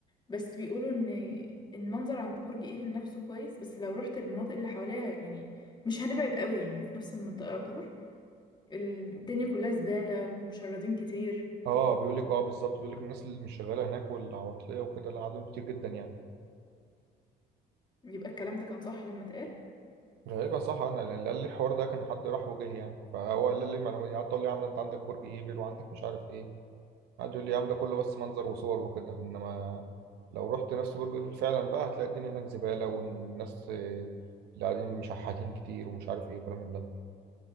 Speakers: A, on the left; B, on the right.
A: بس بيقولوا ان المنظر عند برج ايفل نفسه كويس بس لو رحت المناطق اللي حواليها يعني مش هنبعد قوي يعني في نفس المنطقه يعتبر الدنيا كلها زباله ومشردين كتير
B: اه بيقول لك اه بالظبط بيقول لك الناس اللي مش شغاله هناك والعواطليه وكده لا عددهم كتير جدا يعني
A: يبقى الكلام ده كان صح لما اتقال
B: غالبا صح انا لان اللي قال لي الحوار ده كان حد راح وجه يعني فهو قال لي المعلومه دي قعدت اقول لي يا عم ده انت عندك برج ايفل وعندك مش عارف ايه قعد يقول لي يا عم ده كله بس منظر وصور وكده انما لو رحت نفس برج ايفل فعلا بقى هتلاقي الدنيا هناك زباله والناس آه، اللي قاعدين مشحاتين كتير ومش عارف ايه وكلام من ده